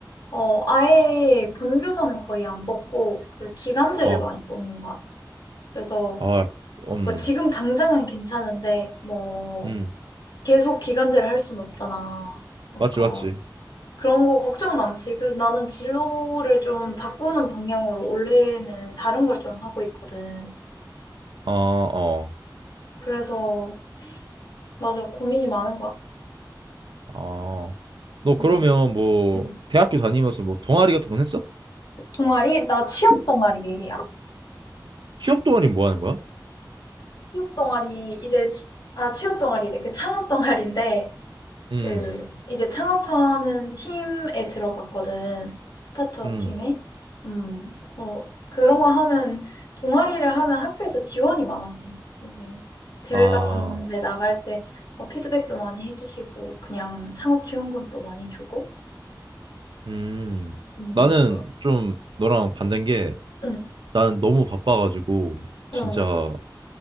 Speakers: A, on the left (about 60°); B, on the right (about 80°).
A: 어, 아예 본교사는 거의 안 뽑고, 그 기간제를
B: 어,
A: 많이 뽑는 것 같아요. 그래서,
B: 아, 약- 음,
A: 뭐, 지금 당장은 괜찮은데, 뭐,
B: 음,
A: 계속 기간제를 할 수는 없잖아. 그러니까,
B: 맞지, 맞지.
A: 그런 거 걱정 많지. 그래서 나는 진로를 좀 바꾸는 방향으로 올해는 다른 걸 좀 하고 있거든.
B: 어, 어,
A: 그래서, 맞아, 고민이 많은 것 같아.
B: 어. 너
A: 음,
B: 그러면 뭐
A: 음.
B: 대학교 다니면서 뭐 동아리 같은 건 했어?
A: 동아리? 나 취업 동아리야.
B: 취업 동아리 뭐 하는 거야?
A: 취업 동아리, 이제, 취- 아, 취업 동아리래. 그 창업 동아리인데,
B: 음,
A: 그 이제 창업하는 팀에 들어갔거든. 스타트업
B: 음,
A: 팀에. 음. 어, 그런 거 하면 동아리를 하면 학교에서 지원이 많았지. 이제 대회
B: 아.
A: 같은 어, 데 나갈 때 뭐 피드백도 많이 해주시고 그냥 창업 지원금도 많이 주고.
B: 음,
A: 음.
B: 나는 좀 너랑 반대인 게
A: 응.
B: 나는 너무 바빠가지고 진짜
A: 응.